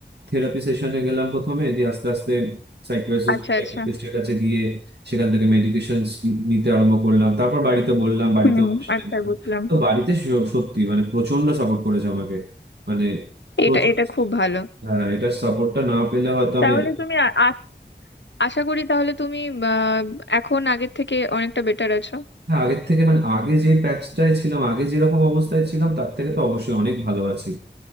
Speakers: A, on the right; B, on the left.
A: থেরাপি সেশনে গেলাম প্রথমে দিয়ে আস্তে আস্তে সাইকিয়াট্রিস্ট
B: আচ্ছা
A: সাইকিয়াট্রিস্টের
B: আচ্ছা
A: কাছে গিয়ে সেখান থেকে মেডিকেশন নিতে আরম্ভ করলাম তারপর বাড়িতে বললাম বাড়িতে
B: হুম
A: ওর সাথে
B: আচ্ছা
A: গেলাম।
B: বুঝলাম
A: তো বাড়িতে স- সত্যি মানে প্রচন্ড সাপোর্ট করেছে আমাকে মানে প্রচুর
B: এটা এটা খুব ভালো
A: হ্যাঁ এটার সাপোর্টটা না পেলে হয়তো আমি
B: তাহলে
A: এত
B: তুমি আ- আ- আশা করি তাহলে তুমি আহ, এখন আগের থেকে অনেকটা বেটার আছো
A: না আগের থেকে মানে আগে যে প্যাচটায় ছিলাম আগে যেরকম অবস্থায় ছিলাম তার থেকে তো অবশ্যই অনেক ভালো আছি